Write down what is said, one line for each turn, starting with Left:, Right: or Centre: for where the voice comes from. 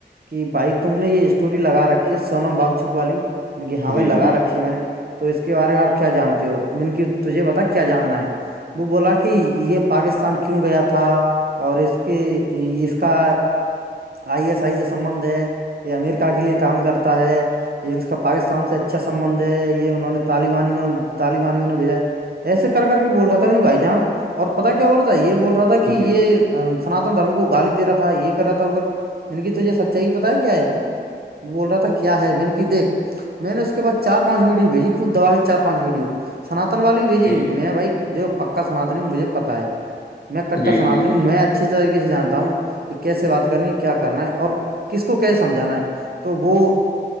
Right: کہ بھائی تم نے یہ اسٹوری لگا رکھی ہے سونم بانگ چک والی ان کی ہاں بیں
Left: جی
Right: لگا
Left: جی
Right: رکھی ہے میں نے تو اس کے بارے میں آپ کیا جانتے ہو م کی تجھے بتا کیا جاننا ہے وہ بولا کہ یہ پاکستان کیوں گیا تھا اور اس کے اس کا آئی ایس آئی سے سبندھ ہے یہ امرکا کے لیے کام کرتا ہے یہ ان کا پاکستان سے اچھا سبندھ ہے یہ انہوں نے طالبانی طالبانیوں نے بھیجا ہے ایسے کر کے بول رہا تھا نہیں بھائی جان اور پتا کیا بول رہ تھا ہے یہ بول رہا تھا تھا کہ
Left: جی
Right: یہ سنااتن دھرم کو گالی دے رہا تھا یہ کر رہا تھا اگر من کیی توج یہ سچائی کی بتایا کیا ہے وہ بول رہا تھا ہے بینکی دیکھ میں نے اس کے بعد چار پانچ ویڈیو بھیجی خوب دبا کے چار پانچ ویڈیو سنتن والی بھیجی
Left: جی
Right: میں بھائی دیو پکا سنتن ہی مجھے پتا ہے میں کٹر
Left: جی
Right: سناتی
Left: جی
Right: ہوں میں اچھیے طریقے سے جانتا ہوں کہ کیسے بات کرنی کیا کرنا ہے اور کس کو کیا سمجھانا ہے تو وہ